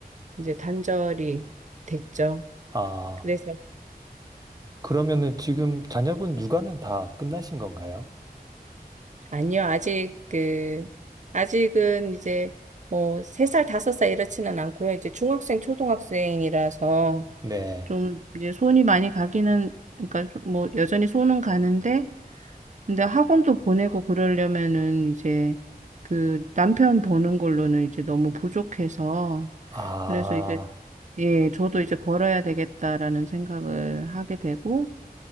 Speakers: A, on the right (about 50°); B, on the right (about 25°).
A: 이제 단절이 됐죠.
B: 아,
A: 그래서
B: 그러면은 지금 자녀분 육아는 다 끝나신 건가요?
A: 아니요, 아직 그 아직은 이제 뭐 세 살 다섯 살 이렇지는 않고요. 이제 중학생 초등학생이라서
B: 네,
A: 좀 이제 손이 많이 가기는 그러니까 소- 뭐 여전히 손은 가는데 근데 학원도 보내고 그러려면은 이제 그 남편 보는 걸로는 이제 너무 부족해서
B: 아,
A: 그래서 이제 예, 저도 이제 벌어야 되겠다라는 생각을 하게 되고